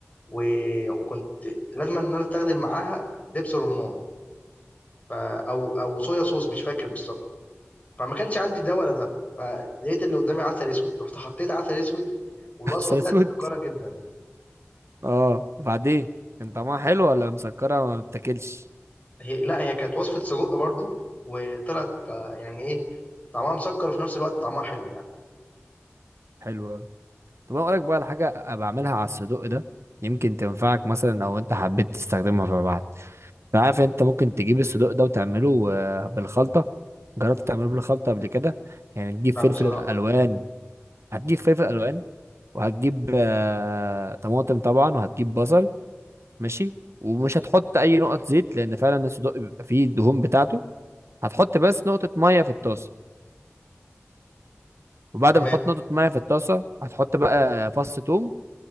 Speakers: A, on the left (about 30°); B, on the right (about 70°).
A: و... وكنت لازم ان انا استخدم معاها دبس رمان ف... او او صويا صوص مش فاكر بالظبط فما كانش عندي ده ولا ده فلقيت اللي قدامي عسل اسود رحت حطيت عسل اسود والوصفه
B: <laughs> عسل
A: طلعت
B: اسود
A: مسكره جدا
B: اه وبعدين كان طعمها حلو ولا مسكرة ما بتاكلش
A: هي لا هي كانت وصفة سجق برضو وطلعت آه، يعني ايه طعمها مسكر وفي نفس الوقت طعمها حلو يعني
B: حلو اوي طب انا اقولك بقى على حاجة بعملها على الصدق ده يمكن تنفعك مثلا لو انت حبيت تستخدمها فيما بعد أنا عارف انت ممكن تجيب الصدوق ده وتعمله آه، بالخلطة جربت تعمله بالخلطة قبل كده يعني تجيب فلفل
A: لا بصراحة
B: الوان هتجيب فلفل الوان وهتجيب آه، طماطم طبعا وهتجيب بصل ماشي ومش هتحط اي نقط زيت لان فعلا الصدوق بيبقى فيه الدهون بتاعته هتحط بس نقطة مية في الطاسة وبعد
A: تمام
B: ما تحط نقطة مية في الطاسة هتحط بقى فص توم